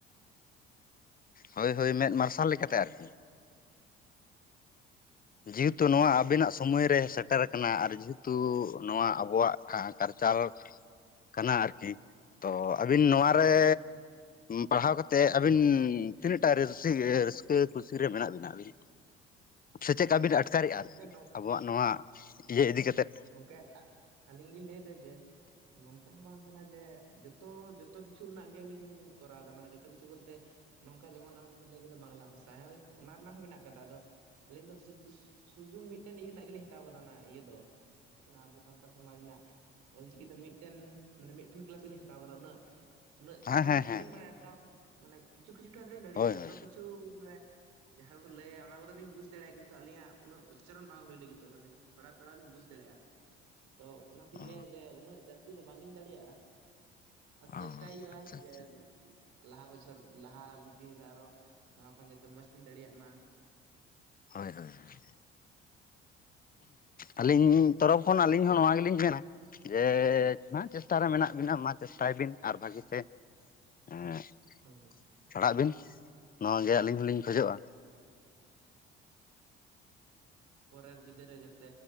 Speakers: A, on the left (about 30°); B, on the right (about 70°).
A: ᱦᱳᱭ ᱦᱳᱭ ᱢᱮᱫ ᱢᱟᱨᱥᱟᱞ ᱞᱮᱠᱟᱛᱮ ᱟᱨᱠᱤ᱾ ᱡᱮᱦᱮᱛᱩ ᱱᱚᱣᱟ ᱟᱵᱮᱱᱟᱜ ᱥᱩᱢᱚᱭ ᱨᱮ ᱥᱮᱴᱮᱨ ᱟᱠᱟᱱᱟ ᱟᱨ ᱡᱮᱦᱮᱛᱩ ᱱᱚᱣᱟ ᱟᱵᱚᱣᱟᱜ ᱠᱟᱟᱨᱪᱟᱞ ᱠᱟᱱᱟ ᱟᱨᱠᱤ ᱛᱚ ᱟᱹᱵᱤᱱ ᱱᱚᱣᱟᱟᱨᱮ
B: ᱦᱮᱸ
A: ᱯᱟᱲᱦᱟᱣ ᱠᱟᱛᱮᱜ ᱟᱹᱵᱤᱱ ᱛᱤᱱᱟᱹᱜ ᱴᱟ ᱨᱟᱹᱥᱠᱟᱹ ᱠᱩᱥᱤ ᱨᱮ ᱢᱮᱱᱟᱜ ᱵᱤᱱᱟ ᱟᱵᱤᱱ? ᱥᱮ ᱪᱮᱫᱠᱟ ᱵᱤᱱ ᱟᱴᱠᱟᱨᱮᱜ-ᱟ
B: ᱜᱚᱝᱠᱮ
A: ᱟᱨᱠᱤ ᱟᱵᱚᱣᱟᱜ ᱱᱚᱣᱟ ᱤᱭᱟᱹ ᱤᱫᱤ ᱠᱟᱛᱮᱫ
B: ᱜᱚᱝᱠᱮ ᱟᱹᱞᱤᱧ ᱞᱤᱧ ᱞᱟᱹᱭ ᱮᱫᱟ ᱡᱮ ᱱᱚᱝᱠᱟ ᱦᱚᱸ ᱵᱟᱝ ᱠᱟᱱᱟ ᱡᱮ ᱡᱚᱛᱚ ᱡᱚᱛᱚ ᱠᱤᱪᱷᱩ ᱨᱮᱱᱟᱜ ᱜᱮᱞᱤᱧ ᱠᱚᱨᱟᱣᱫᱟ ᱢᱟᱱᱮ ᱡᱚᱛᱚ ᱠᱤᱪᱷᱩ ᱵᱚᱞᱛᱮ ᱱᱚᱝᱠᱟ ᱡᱮᱢᱚᱱ ᱟᱵᱤᱱ ᱵᱮᱤᱱ ᱞᱟᱹᱭ ᱠᱮᱫᱟ ᱵᱟᱝᱞᱟ ᱵᱷᱟᱥᱟ ᱦᱳᱭ ᱚᱱᱟ ᱨᱮᱱᱟᱜ ᱦᱚᱸ ᱢᱮᱱᱟᱜ ᱟᱠᱟᱫᱟ ᱾ ᱟᱫᱚ ᱟᱹᱞᱤᱧ ᱫᱚ ᱥᱩᱫ ᱥᱩᱫᱷᱩ ᱢᱤᱫᱴᱮᱱ ᱤᱭᱟᱹ ᱨᱮᱱᱟᱜ ᱜᱮᱞᱤᱧ ᱦᱟᱛᱟᱣ ᱠᱟᱫᱟ ᱚᱱᱟ ᱤᱭᱟᱹ ᱫᱚ ᱠᱟᱱᱟ ᱟᱵ ᱥᱟᱱᱛᱟᱲ ᱥᱚᱢᱟᱡ ᱨᱮᱱᱟᱜ ᱚᱞᱪᱤᱠᱤ ᱫᱚ ᱢᱤᱫᱴᱮᱱ ᱢᱟᱱᱮ ᱢᱤᱫᱴᱮᱱ ᱠᱮᱞᱟᱥ ᱜᱮᱞᱤᱧ ᱦᱟᱛᱟᱣ ᱠᱟᱫᱟ ᱾ ᱩᱱᱟᱹᱜ ᱩᱱᱟᱹᱜ
A: ᱦᱮᱸ
B: ᱜᱟᱱ
A: ᱦᱮᱸ
B: ᱫᱚ ᱦᱟᱸᱜ
A: ᱦᱮᱸ
B: ᱵᱟᱹᱞᱤᱧ ᱵᱟᱲᱟᱭᱟ ᱦᱟᱸᱜ ᱛᱟᱣ ᱢᱟᱱᱮ ᱠᱤᱪᱷᱩ ᱠᱤᱪᱷᱩ ᱴᱷᱟ ᱫᱚᱞᱤᱧ ᱫᱟᱲᱮᱭᱟᱜ-ᱟ,
A: ᱦᱳᱭ
B: ᱡᱚᱛᱚ
A: ᱦᱳᱭ
B: ᱠᱤᱪᱷᱩ ᱢᱟᱱᱮ ᱡᱟᱦᱟᱸ ᱠᱚᱠᱚ ᱞᱟᱹᱭᱟ ᱚᱱᱟ ᱠᱚᱫᱚᱞᱧ ᱵᱩᱡᱽ ᱫᱟᱲᱮᱭᱟᱜ-ᱟ ᱠᱤᱱᱛᱩ ᱟᱹᱞᱤᱧᱟᱜ ᱩᱱᱟᱹᱜ ᱩᱪᱟᱨᱚᱱ ᱵᱟᱝ ᱦᱩᱭ ᱞᱟᱹᱜᱤᱫᱚᱜ-ᱟ ᱢᱟᱱᱮ ᱛᱷᱚᱲᱟ ᱛᱷᱚᱲᱟ ᱤᱧ ᱵᱩᱡᱽ ᱫᱟᱲᱮᱭᱟᱜ-ᱟ᱾ ᱛᱚ ᱚᱱᱟᱛᱤᱧ
A: ᱚ
B: ᱞᱟᱹᱭᱟ ᱡᱮ ᱩᱱᱟᱹᱜ ᱡᱟᱹᱥᱛᱤ ᱫᱚ ᱵᱟᱝ ᱤᱧ ᱫᱟᱲᱮᱭᱟᱜ-ᱟ᱾ ᱟᱨ
A: ᱟᱪᱪᱷᱟ
B: ᱪᱮᱥᱴᱟᱭ ᱦᱩᱭᱩᱜ-ᱟ
A: ᱟᱪᱪᱷᱟ
B: ᱡᱮ ᱞᱟᱦᱟ ᱵᱚᱪᱷᱚᱨ ᱞᱟᱦᱟ ᱫᱤᱱ ᱨᱮ ᱟᱨᱚ ᱱᱚᱣᱟ ᱠᱷᱚᱱ ᱡᱟᱛᱮ ᱢᱚᱡᱽ ᱛᱤᱧ ᱫᱟᱲᱮᱭᱟᱜ ᱢᱟ ᱾
A: ᱦᱳᱭ ᱦᱳᱭ ᱾ ᱟᱹᱞᱤᱧ ᱛᱚᱨᱚᱯ ᱠᱷᱚᱱ ᱟᱹᱞᱤᱧ ᱦᱚᱸ ᱱᱚᱣᱟ ᱜᱮᱞᱤᱧ ᱢᱮᱱᱟ ᱡᱮ ᱢᱟ ᱪᱮᱥᱴᱟᱨᱮ ᱢᱮᱱᱟᱜ ᱵᱤᱱᱟ ᱢᱟ ᱪᱮᱥᱴᱟᱭ ᱵᱤᱱ ᱟᱨ ᱵᱷᱟᱹᱜᱤᱛᱮ <unintelligible>
B: ᱦᱳᱭ᱾
A: ᱯᱟᱲᱦᱟᱜ ᱵᱤᱱ ᱱᱚᱣᱟ ᱜᱮ ᱟᱹᱞᱤᱧ ᱦᱚᱞᱤᱧ ᱠᱷᱚᱡᱚᱜ-ᱟ᱾
B: ᱯᱚᱨᱮᱨ ᱵᱤᱫᱟᱹ ᱨᱮ ᱡᱟᱛᱮ